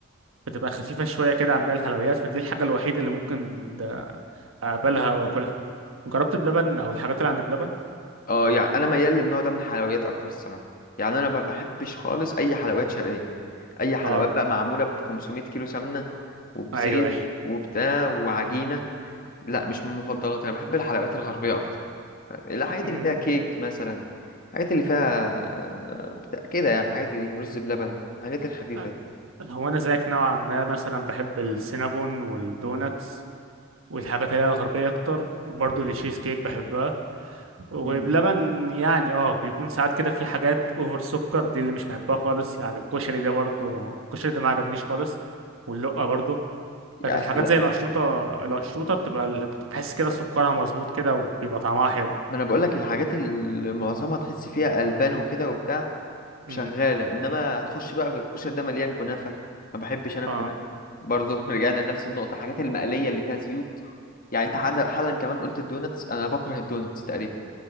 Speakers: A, on the right; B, on the left.
A: بتبقى خفيفه شويه كده عن باقي الحلويات فدي الحاجه الوحيده اللي ممكن ده اقبلها واكلها جربت بلبن او الحاجات اللي عند بلبن
B: اه يعني انا ميال للنوع ده من الحلويات اكتر الصراحه يعني انا ما بحبش خالص اي حلويات شرقيه اي حلويات
A: اه
B: بقى معموله ب 500 كيلو سمنه وبزيت
A: ايوه ايوه
B: وبتاع وعجينه لا مش من مفضلاتي انا بحب الحلويات الغربيه اكتر ف- الحاجات
A: أمم،
B: اللي فيها كيك مثلا الحاجات اللي فيها آه، بتاع كده يعني الحاجات دي رز بلبن الحاجات الخفيفه
A: أه،
B: دي
A: هو انا زيك نوعا ما مثلا بحب السينابون والدوناتس والحاجات اللي هي الغربيه اكتر وبرضه التشيز كيك بحبها وبلبن
B: امم
A: يعني اه بيكون ساعات كده في حاجات اوفر سكر دي اللي مش بحبها خالص يعني الكشري ده برضه الكشري ده ما عجبنيش خالص واللقه برضه
B: يعني
A: لكن حاجات
B: لا
A: زي القشطوطه القشطوطه بتبقى ال- بتحس كده سكرها مظبوط كده وبيبقى طعمها حلو
B: ما انا بقول لك الحاجات اللي معظمها تحس فيها البان وكده وبتاع
A: أمم،
B: شغالة انما هتخش بقى في الكشري ده مليان كنافة ما بحبش انا الكنافة
A: اه
B: برضه <laughs> رجعنا لنفس النقطة الحاجات المقلية اللي فيها زيوت يعني انت حالا
A: أمم،
B: حالاً كمان قلت الدوناتس انا بكره الدوناتس تقريبا